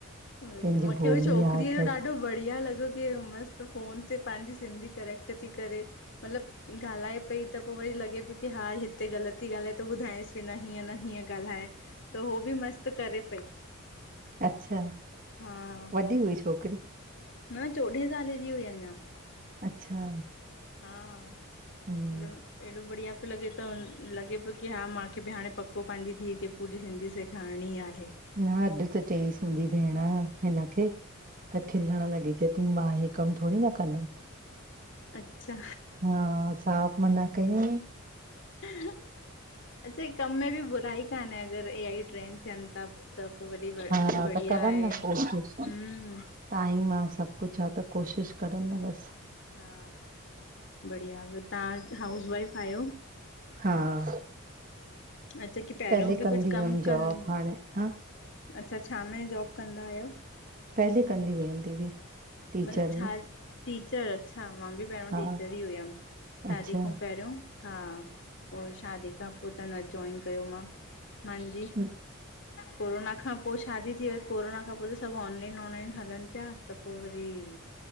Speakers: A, on the left (about 60°); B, on the right (about 40°).
A: बढ़िया,
B: पंहिंजी
A: मुखे
B: भोली
A: हो छोकिरीअ
B: आहे खैर
A: जो ॾाढो बढ़िया लॻो कीअ मस्तु फ़ोन ते पांजी सिंधी करेैक्ट ती करे मतलबु ॻाल्हाए पई, त पो वरी लॻे पियो की हा हिते ग़लति ती ॻाल्हाए त ॿुधायांसि पि न हीअं न हीअं ॻाल्हाए त हो बि मस्तु करे पई।
B: अच्छा,
A: हा
B: वॾी हुई छोकिरी?
A: न चोॾहें साले जी हुई अंञां।
B: अच्छा
A: हा,
B: हम्म
A: ल एॾो बढ़िया पियो लॻे त, लॻे पियो कि हा मांखे बि हाणे पक्को पांजी धीउ खे पूरी सिंधी सेखारिणी आहे।
B: न अॼु त चयईसि मुंहिंजी भेण हिनखे त खिलण लॻी, चैती मां हे कमु थोड़ी न कंदमि
A: अच्छा
B: हा साफ़ मना कयंई।
A: अच्छा, हे कम में बि बुराई कान्हे अगरि ए आई ट्रेन्ड थियनि था त पो वधी बढ़
B: हा
A: बढ़िया
B: त करनि
A: आहे
B: न
A: हम्म
B: कोशिश टाइम आ सभु कुछ आ, त कोशिशि करनि न बसि
A: हा बढ़िया, ॿियो तव्हां हाउस वाइफ आहियो?
B: हा।
A: अच्छा की पहिरियों
B: पहले
A: बि कुछु
B: कंदी
A: कम
B: हुयमि
A: कनि,
B: जॉब हाणे हा
A: अच्छा छा में जॉब कंदा आहियो?
B: पहले कंदी हुयम दीदी। टीचर
A: मतलब छा,
B: में
A: टीचर अच्छा मां बि पहिरियों
B: हा
A: टीचर ही हुयम, शादी
B: अच्छा
A: खौं पहिरियों हा पो वरी छॾ शादी खां पो त न ज्वाइन कयो मां मांजी
B: न-
A: कोरोना खां पो शादी थी वई कोरोना खां पो त सभु ऑनलाइन ऑनलाइन हलनि पिया त पो वरी